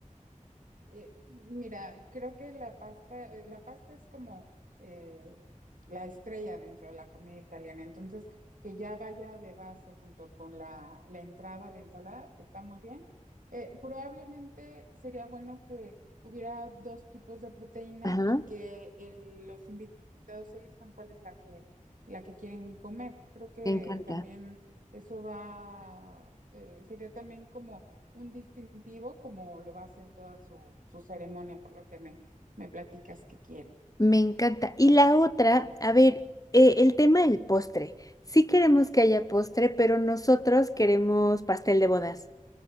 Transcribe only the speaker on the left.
Ajá.
Me encanta.
Me encanta. Y la otra, a ver, eh, el tema del postre. Sí queremos que haya postre, pero nosotros queremos pastel de bodas.